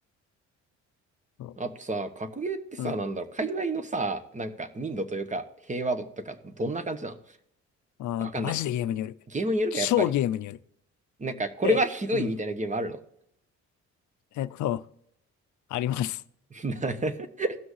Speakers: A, on the left; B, on the right.
A: そ
B: あとさ、格ゲーってさ、
A: ううん。
B: なんだろう、界隈のさ、なんか、民度というか、平和度とか、どんな感じなの
A: あーっと、
B: わかんない。
A: マジでゲームによる。
B: ゲームによるか、
A: 超ゲームによる。
B: やっぱり。なんか、これはひどいみたいなゲームあるの
A: で、うん。えっと、あります。
B: <laughs>